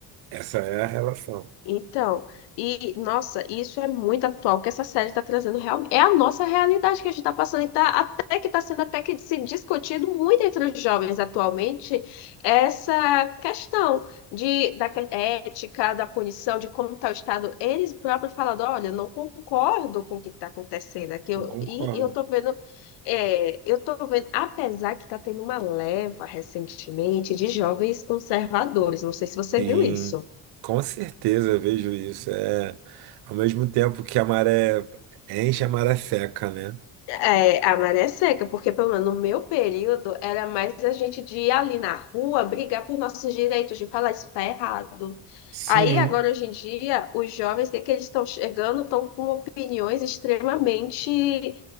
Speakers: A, on the right; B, on the left.
A: Essa é a relação.
B: Então, e nossa, isso é muito atual, o que essa série está trazendo realmente é a nossa realidade que a gente está passando, e tá, até que está sendo até que se discutido muito entre os jovens atualmente essa questão de, da que- ética, da punição, de como está o Estado. Eles próprios falando, olha, eu não concordo com o que está acontecendo aqui, eu,
A: Não concordo.
B: e, e eu estou vendo, é, eu tô vendo, apesar que está tendo uma leva recentemente de jovens conservadores, não sei se você
A: Sim,
B: viu isso.
A: com certeza eu vejo isso. É, ao mesmo tempo que a maré enche, a maré seca, né?
B: É, a maré é seca, porque pelo menos no meu período era mais a gente de ir ali na rua brigar por nossos direitos, de falar isso tá errado.
A: Sim,
B: Aí agora hoje em dia, os jovens, o que é que eles estão chegando, estão com opiniões extremamente